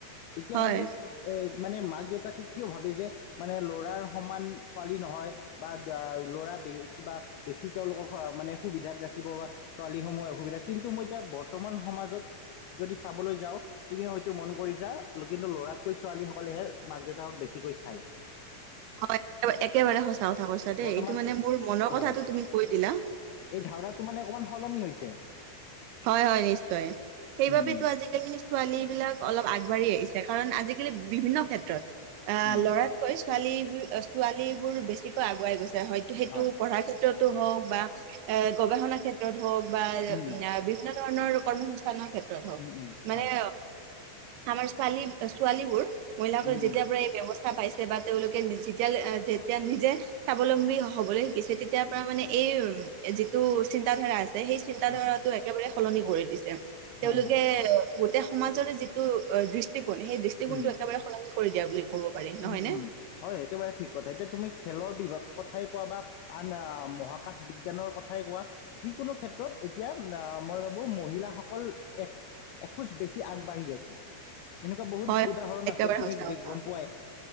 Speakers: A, on the left (about 75°); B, on the right (about 75°).
A: তেতিয়াহ'লে
B: হয়
A: এ, মানে মাক দেউতাকে কিয় ভাবে যে মানে ল'ৰাৰ সমান ছোৱালী নহয়। বা ল'ৰা বে কিবা বেছি তেওঁলোকক মানে সুবিধাত ৰাখিব বা ছোৱালীসমূহে অসুবিধাত, কিন্তু মই এতিয়া বৰ্তমান সমাজত যদি চাবলৈ যাওঁ তুমি হয়তো মন কৰিছা কিন্তু ল'ৰাতকৈ ছোৱালী সকলেহে মাক দেউতাকক বেছিকৈ চাই।
B: হয় একেবাৰে সঁচা কথা কৈছা দেই,
A: বৰ্তমান
B: এইটো মানে মোৰ মনৰ
A: হয়
B: কথাটো তুমি কৈ দিলা।
A: এই ধাৰণাটো মানে অকমান সলনি হৈছে
B: হয় হয় নিশ্চয়, সেইবাবে
A: উম উম
B: তো আজি ফেমিনিষ্ট ছোৱালী বিলাক অলপ আগবাঢ়ি আহিছে কাৰণ আজিকালি বিভিন্ন ক্ষেত্ৰত এহ
A: উম
B: ল'ৰাত কৈ ছোৱালী, ছোৱালী বোৰ বেছিকৈ আগুৱাই গৈছে, হয়তো সেইটো
A: হয়
B: পঢ়াৰ ক্ষেত্ৰত হওঁক বা এ গৱেষণা ক্ষেত্ৰত হওঁক বা না
A: উম
B: এ বিভি ভিন্ন ধৰণৰ কৰ্মসস্থানৰ ক্ষেত্ৰত হওঁক
A: উম উম উম
B: মানে
A: হয়
B: আমাৰ ছোৱালী, ছোৱালীবোৰ মহিলাসকলে
A: উম
B: যেতিয়াৰ
A: উম
B: পৰা এই ব্যৱস্থা পাইছে বা তেওঁলোক যেতিয়া যেতিয়া নিজে স্বাৱলম্বী হ'বলৈ শিকিছে তেতিয়াৰ পৰা মানে এই যিটো চিন্তাধাৰা আছে সেই চিন্তাধাৰাটো
A: উম
B: একেবাৰে সলনি কৰি দিছে, তেওঁলোকে
A: হয় হয়
B: এ গোটেই সমাজৰে যিটো দৃষ্টিকোণ, সেই দৃষ্টিকোণটো
A: উম
B: একেবাৰে সলনি কৰি দিয়া বুলি ক'ব পাৰি নহয়
A: উম
B: নে
A: উম হয় একেবাৰে ঠিক কথা এতিয়া তুমি খেলৰ বিভাগ কথাই কোৱা বা আন আ মহাকাশ বিজ্ঞানৰ কথাই কোৱা যিকোনো ক্ষেত্ৰত এতিয়া আ মই ভাবোঁ মহিলাসকল এক এখোজ বেছি আগবাঢ়ি আছে, এনেকুৱা বহুত
B: হয়
A: উদাহৰণ
B: একেবাৰে
A: আছে তুমি
B: সঁচা
A: দেখ
B: কথা
A: গম পোৱাই।